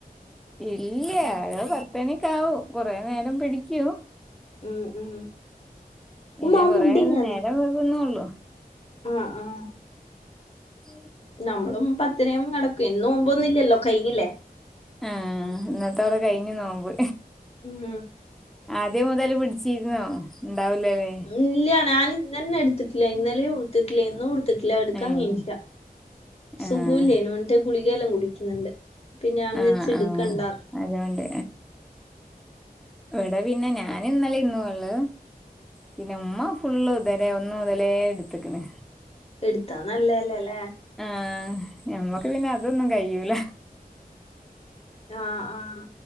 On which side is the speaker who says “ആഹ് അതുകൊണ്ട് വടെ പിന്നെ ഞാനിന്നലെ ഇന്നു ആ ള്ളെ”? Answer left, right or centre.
Centre